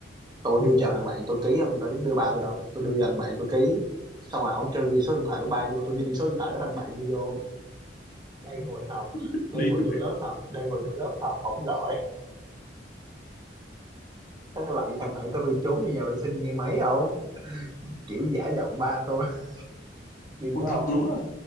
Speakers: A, on the right (about 25°); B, on the left (about 50°).
A: tôi đưa cho thằng bạn tôi ký không tôi dám đưa ba tôi đâu tôi đưa cho thằng bạn tôi ký xong rồi ổng kêu ghi số điện thoại của ba vô tôi ghi số điện thoại của thằng bạn tôi vô đang ngồi học
B: <laughs>
A: đang
B: đi
A: ngồi trong
B: mẹ.
A: lớp học đang ngồi trong lớp học ổng gọi <laughs> Thế thằng bạn thằng bạn tôi bị trúng bây giờ vệ sinh nghe máy không kiểu giả giọng ba tôi <laughs> điên
B: Ôi,
A: quá
B: thật
A: không
B: luôn á